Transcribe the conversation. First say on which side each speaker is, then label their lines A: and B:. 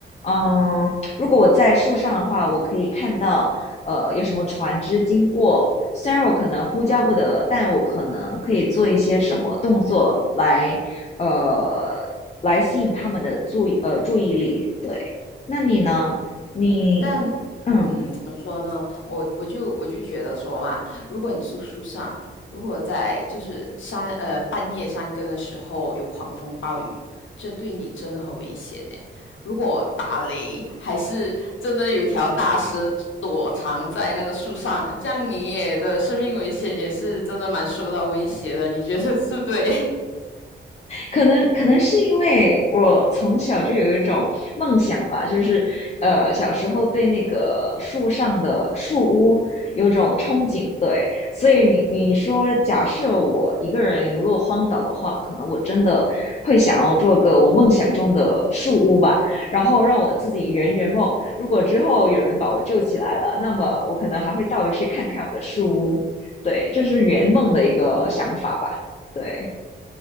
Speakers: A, on the left (about 35°); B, on the left (about 85°).
A: 嗯，如果我在树上的话，我可以看到呃有什么船只经过，虽然我可能呼叫不得，但我可能可以做一些什么动作来呃来吸引他们的注意呃注意力。对，那你呢？你
B: 但嗯，
A: 嗯，
B: 怎么说呢？我我就我就觉得说嘛，如果你住树上，如果在就是山呃半夜山更的时候有狂风暴雨，这对你真的很危险呢。如果打雷，还是真的有一条大蛇躲藏在那个树上，这样你也的生命危险也是真的蛮受到威胁的。你觉得是不对
A: 可能可能是因为我从小就有一种梦想吧，就是呃小时候对那个树上的树屋有种憧憬，
B: <laughs> 就
A: 对，所以你你说假设我一个人流落荒岛的话，可能我真的会想要做个我梦想中的树屋吧，然后让我自己圆圆梦。如果之后有人把我救起来了，那么我可能还会倒回去看看我的树屋，对，这是圆梦的一个想法吧，
B: 嗯。
A: 对。